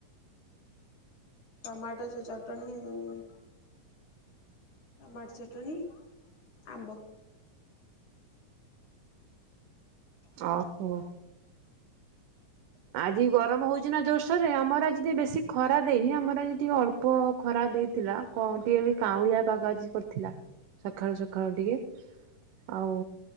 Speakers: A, on the left; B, on the right.
A: ଟମାଟ ସେ ଚଟଣି ହି ଟମାଟ ଚଟଣି ଆମ୍ବ।
B: ଅହୋ। ଆଜି ଗରମ ହଉଛିି ନା ଜୋର୍ଶ୍ ସରେ ଆମର ଆଜି ଟିକେ ବେଶୀ ଖରା ଦେଇନି ଆମର ଆଜି ଟିକେ ଅଳ୍ପ ଖରା ଦେଇଥିଲା। କଣ ଟିକେ ବି କାଉଁଳିଆ ପାଗ ଆଜି କରିଥିଲା ସଖାଳୁ ସଖାଳୁ ଟିକେ। ଆଉ